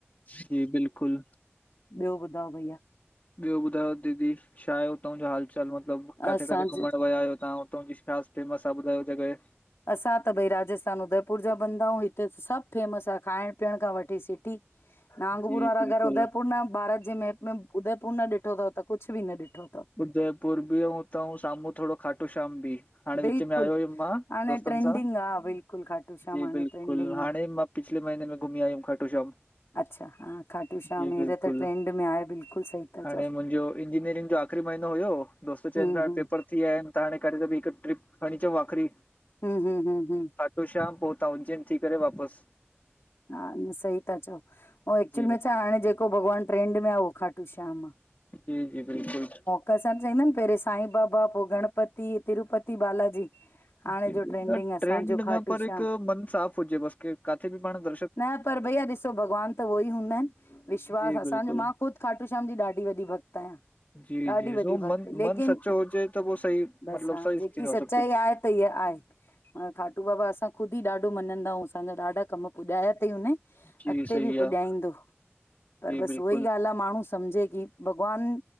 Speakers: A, on the left (about 40°); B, on the left (about 80°).
A: जी बिल्कुलु
B: ॿियो ॿुधायो भईया
A: ॿियो ॿुधायो दीदी छा आहे हुतां जो हाल? चाल मतलबु काथे
B: असांजे
A: काथे घुमण विया आहियो? तव्हां हुतां जी छा फेमस आ ॿुधायो जगह
B: असां त भई राजस्थान उदयपुर जा बंदा आहियूं, हिते सभु फेमस आ खाइण पीअण खां वठी सिटी नागपुर
A: जी
B: वारा
A: बिल्कुल
B: अगर उदयपुर न भारत जे मैप में उदयपुर न ॾिठो तव त कुछु बि न ॾिठो तव,
A: उदयपुर बि अऊं उतऊं साम्हूं थोड़ो खाटू श्याम बि हाणे विच
B: बिल्कुलु
A: में आयो हुयुमि मां
B: हाणे
A: दोस्तनि
B: ट्रेंडिंग
A: सां
B: आहे बिल्कुलु खाटू श्याम
A: जी
B: हाणे
A: बिल्कुलु
B: ट्रेंडिंग आहे
A: हाणे मां पिछले महीने में घुमी आयुम खाटू श्याम।
B: अच्छा हा खाटू श्याम
A: जी
B: हींअर
A: बिल्कुल,
B: त ट्रेंड में आहे बिल्कुलु सही था
A: हाणे
B: चओ
A: मुंजो इंजीनियरिंग जो आख़री म नो हुयो दोस्त
B: हम्म
A: चैन प्या हाड़े
B: हम्म
A: पेपर थी व्या आहिन त हाणे खणी हिक ट्रिप खड़ी अचऊ आख़री।
B: हुं हुं हुं हुं।
A: खाटू श्याम पोहुता उंजैन थी करे वापस।
B: हा, न सही ता चओ। हो एक्चुल
A: जी
B: में छा हाणे जेको भगवान ट्रेंंड में आ उहो खाटू श्याम आ
A: जी जी बिल्कुल।
B: कसां चईंदा आहिन पेहरे साईं बाबा पो गणपति तिरुपति बालाजी। हाणे
A: न
B: जो ट्रेंडिंग असांजो
A: ट्रेंड
B: खाटू
A: न पर हिक
B: श्याम
A: मन साफ़ हुजे बस के काथे बि पाण द
B: न पर भईया ॾिसो भॻवान त उहो ई हूंदा आहिन विश्वास
A: जी
B: असांजो
A: बिल्कुलु
B: मां खुद खाटू श्याम जी ॾाढी वॾी भक्त आयां।
A: जी
B: ॾाढी
A: जी
B: वॾी
A: सो
B: भक्त
A: मन
B: लेकिन,
A: मन सचो हुजे त पोइ सही
B: बस
A: मतिलबु
B: हा
A: सही
B: जेकी
A: थींदो
B: सचाई
A: आहे सभु कुझु
B: आहे त ईहा आहे खाटू बाबा असां खुदि ॾाढो मञदाऊं असांजा ॾाढा कम पुडाया तई उन अॻते
A: जी सही
B: बि पुॼाईंदो,
A: आहे
B: पर
A: जी
B: बस
A: बिल्कुलु
B: उह ई ॻाल आ माण्हू सम्झे की भगवान